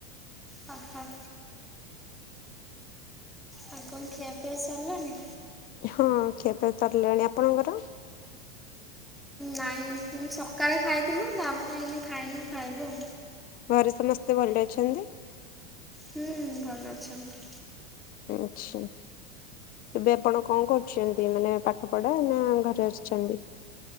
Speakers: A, in the centre; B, on the left.
A: ହ ହଁ। ଆଉ କଣ ଖିଆଫିଆ ସରିଲାଣି?
B: ହଁ ଖିଆ ପିଆ ସରିଲାଣି। ଆପଣଙ୍କର?
A: ନାଇଁ ସକାଳେ ଖାଇଥିଲୁ। ତାପରେ ଏଇନେ ଖାଇନୁ ଖାଇବୁ ଆଉ।
B: ଘରେ ସମସ୍ତେ ଭଲ ଅଛନ୍ତି?
A: ହୁଁ ଭଲ। ଅଛନ୍ତି।
B: ଆଛା। ଏବେ ଆପଣ କଣ କରୁଛନ୍ତି ମାନେ ପାଠ ପଢା ନା ଘରେ ଆଛନ୍ତି?